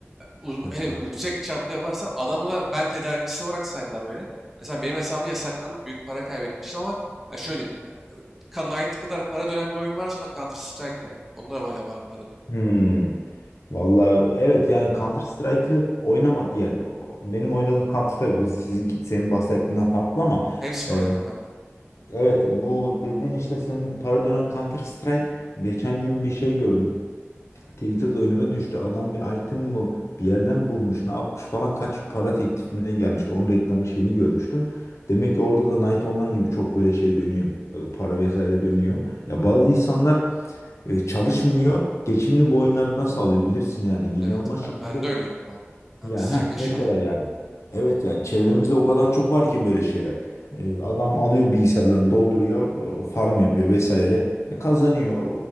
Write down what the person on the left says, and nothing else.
Ha.
Hmm. Vallahi evet yani Counter Strike'ı oynamadı yani o- benim oynadığım Counter tabii bu sizinki senin bahsettiğinden farklı ama
e,
evet bu dediğin işte senin para dönen Counter Strike geçen gün bir şey gördüm. Twitter'da önüme düştü. Adam bir item mı bir yerden bulmuş, ne yapmış falan kaç para teklif gelmişti. Onun reklamı şeyini görmüştüm. Demek ki orada da Night Online gibi çok böyle şey dönüyor. E, Para vesaire dönüyor. Ya bazı insanlar e, çalışmıyor. Geçimini bu oyunlardan sağlıyor. Bilirsin yani. İnanılmaz
şekilde
ya
heh,
mesela yani. Evet yani çevremizde o kadar çok var ki böyle şeyler. E, adam alıyor bilgisayarlarını dolduruyor, e, farm yapıyor vesaire. E, kazanıyor.